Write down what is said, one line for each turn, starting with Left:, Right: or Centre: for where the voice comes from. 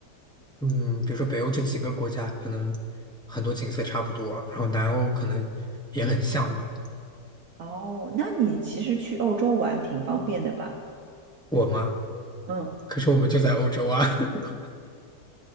Centre: 嗯，比如说北欧这几个国家，可能很多景色差不多，然后南欧可能也很像吧。
Right: 哦，那你其实去欧洲玩挺方便的吧？
Centre: 我吗？
Right: 嗯，
Centre: 可是我们就在欧洲啊。<laughs>